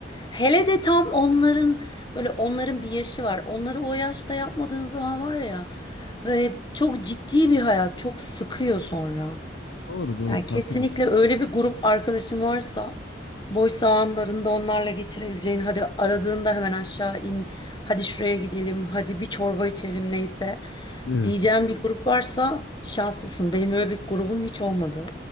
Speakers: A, on the left; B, on the left.
A: Hele de tam onların böyle onların bir yaşı var. Onları o yaşta yapmadığın zaman var ya böyle çok ciddi bir hayat çok sıkıyor sonra.
B: Doğru doğru
A: Yani
B: katılıyorum.
A: kesinlikle öyle bir grup arkadaşın varsa boş zamanlarında onlarla geçirebileceğin hadi aradığında hemen aşağı in hadi şuraya gidelim hadi bir çorba içelim neyse
B: Evet.
A: diyeceğim bir grup varsa şanslısın. Benim öyle bir grubum hiç olmadı.